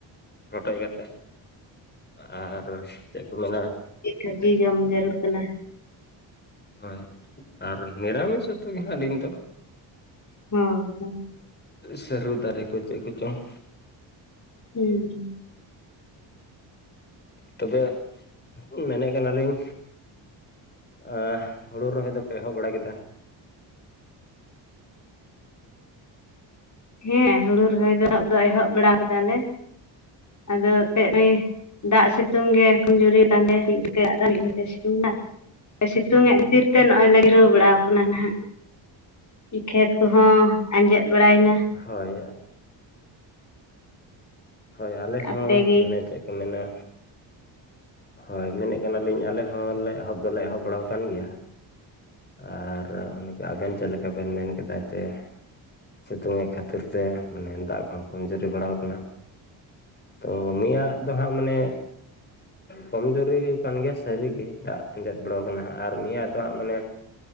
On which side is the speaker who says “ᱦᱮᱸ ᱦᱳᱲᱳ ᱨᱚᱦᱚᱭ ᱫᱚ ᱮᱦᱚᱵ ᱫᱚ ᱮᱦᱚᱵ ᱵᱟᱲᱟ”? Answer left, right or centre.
Left